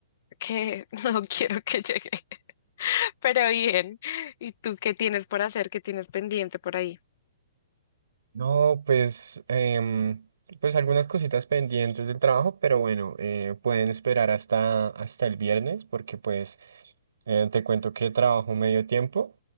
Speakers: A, on the left; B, on the right.
A: que <laughs> no quiero que llegue, <laughs> pero bien. ¿Y tú qué tienes por hacer? ¿Qué tienes pendiente por ahí?
B: No, pues, em, pues algunas cositas pendientes del trabajo, pero bueno, eh, pueden esperar hasta, hasta el viernes porque pues eh, te cuento que trabajo medio tiempo.